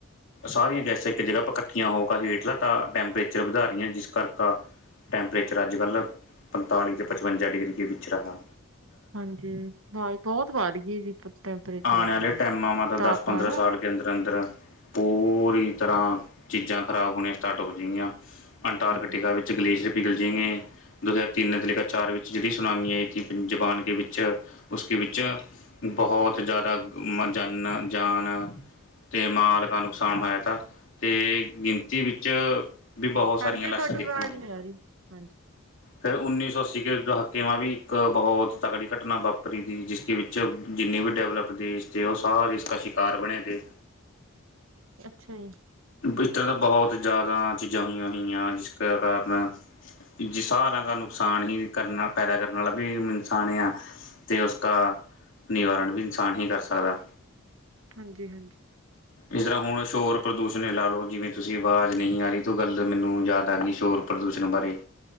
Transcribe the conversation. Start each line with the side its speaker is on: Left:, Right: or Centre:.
Left: ਸਾਰੀਆਂ ਗੈਸਾਂ ਇੱਕ ਜਗ੍ਹਾ ਇਕਠੀਆਂ ਹੋਗਾ ਹੇਠਲਾ ਤਾਂ ਟੈਂਪਰੇਚਰ ਵਧਾ ਰਹੀਆਂ ਜਿਸ ਕਰਕਾ ਟੈਂਪਰੇਚਰ ਅੱਜ ਕੱਲ੍ਹ ਪੰਤਾਲੀ ਅਤੇ ਪਚਵੰਜਾ ਡਿਗਰੀ ਦੇ ਵਿੱਚ ਰਿਹਾ
Right: ਹਾਂਜੀ ਆਵਾਜ਼ ਬਹੁਤ ਵੱਧ ਗਈ ਜੀ ਟੈਂਪਰੇਚਰ
Left: ਆਉਣ
Right: ਅੱਜ
Left: ਵਾਲੇ
Right: ਕੱਲ
Left: ਟਾਈਮਾਂ ਮ ਤਾਂ
Right: ਤਾਪਮਾਨ
Left: ਦਸ ਪੰਦਰਾਂ
Right: ਆ
Left: ਸਾਲ ਕੇ ਅੰਦਰ ਅੰਦਰ ਪੂਰੀ ਤਰ੍ਹਾਂ ਚੀਜ਼ਾਂ ਖਰਾਬ ਹੋਣੀਆਂ ਸਟਾਰਟ ਹੋਜਿੰਗਿਆ ਅੰਟਾਰਕਟੀਕਾ
Right: ਹਮ
Left: ਵਿੱਚ ਗਲੇਸ਼ੀਅਰ ਵਿਿਗਲ ਜਾਏਏ ਦੋ ਹਜ਼ਾਰ ਤਿੰਨ ਤੇ ਲਖ ਚਾਰ ਵਿੱਚ ਜਿਹੜੀ ਸੁਨਾਮੀ ਆਈ ਤੀ ਜਪਾਨ ਕੇ ਵਿੱਚ ਉਸ ਵਿੱਚ ਬਹੁਤ ਜ਼ਿਆਦਾ ਜਾਨ ਜਾਨ ਤੇ ਮਾਲ ਕ ਨੁਕਸਾਨ ਹੋਇਆ ਤਾ ਅਤੇ ਗਿਣਤੀ ਵਿੱਚ ਵੀ ਬਹੁਤ ਸਾਰੀਆਂ
Right: ਖੜ ਜੇ
Left: ਲਾਸ਼ਾਂ
Right: ਤੁਹਾਡੀ
Left: ਦੇਖਣ
Right: ਆਵਾਜ਼
Left: ਨੂੰ ਮਿਲਆਂ
Right: ਨੀ ਆ ਰਹੀ ਹਾਂਜੀ
Left: ਫੇਿਰ ਉੱਨੀ ਸੌ ਅੱਸੀ ਕੇ ਦ ਕਿਵਾਂ ਵੀ ਇੱਕ ਬਹੁਤ ਤਗੜੀ ਘਟਨਾ ਵਾਪਰੀ ਤ ਜਿਸ ਦੇ ਵਿੱਚ ਜਿੰਨੇ ਵੀ ਡਿਵਲਪ ਦੇਸ਼ ਤੇ ਉਹ ਸਾਰੇ ਇਸ ਕ ਸ਼ਿਕਾਰ ਬਣੇ ਤੇ
Right: ਅੱਛਾ ਜੀ
Left: ਇਸ ਤਰ੍ਹਾਂ ਦਾ ਬਹੁਤ ਜ਼ਿਆਦਾ ਚੀਜ਼ਾਂ ਹੋਈਆਂ-ਹੋਈਆਂ ਜਿਸ ਕਾਰਨ ਜ ਸਾਰਿਆਂ ਦਾ ਨੁਕਸਾਨ ਹੀ ਕਰਨਾ ਪੈਦਾ ਕਰਨ ਵਾਲਾ ਵੀ ਇਨਸਾਨ ਆ ਅਤੇ ਉਸਕਾ ਨਿਵਾਰਨ ਵੀ ਇਨਸਾਨ ਹੀ ਕਰ ਸਕਦਾ
Right: ਹਾਂਜੀ-ਹਾਂਜੀ
Left: ਜਿਸ ਤਰ੍ਹਾਂ ਹੁਣ ਸ਼ੋਰ ਪ੍ਰਦੂਸ਼ਣ ਲਾ ਲਓ ਜਿਵੇਂ ਤੁਸੀਂ ਆਵਾਜ਼ ਨਹੀਂ ਆ ਰਹੀ ਗੱਲ ਮੈਨੂੰ ਯਾਦ ਆ ਗਈ ਸ਼ੋਰ ਪ੍ਰਦੂਸ਼ਣ ਬਾਰੇ